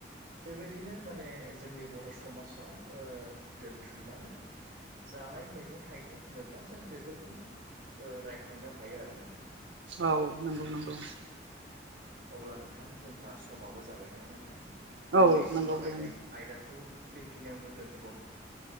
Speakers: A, on the right; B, on the right.
A: बेबायदिनो माने जोंनि बर समाजाव ओ दोनथुमनानै जानाय मैगं थाइगं होनोब्ला जों बेफोरखौनो रायखांनो ओ हायो आरो नोंथां
B: औ नंगौ नंगौ
A: अब्ला नोंथां जोंहा समाबो जाबाय नामा नोंथां जोंनि
B: औ नंगौ
A: सावरायनाय
B: दे
A: आयदाखौ बेखिनियावनो दोनथ